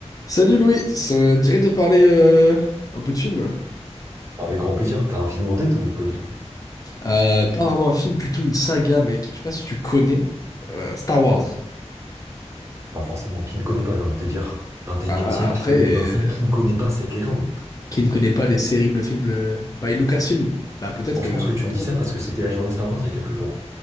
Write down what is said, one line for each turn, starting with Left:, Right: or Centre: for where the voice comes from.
Left: Salut Louis, ça te dirait de parler euh, un peu de film?
Right: Avec grand plaisir, t'as un film en tête ou pas du tout?
Left: Euh, pas vraiment un film, plutôt une saga, mec. Je sais pas si tu connais euh, Star Wars.
Right: Bah forcément, qui ne connaît pas, j'ai envie de te dire. 21e
Left: Ah,
Right: siècle,
Left: après,
Right: 2025,
Left: euh,
Right: qui ne connaît pas cette légende?
Left: qui ne connaît pas les terribles films euh, by Lucasfilm? Bah peut-être
Right: Moi je
Left: euh,
Right: pense que tu
Left: pas
Right: me
Left: tout
Right: dis
Left: le
Right: ça
Left: monde.
Right: parce que c'était la journée Star Wars il y a quelques jours.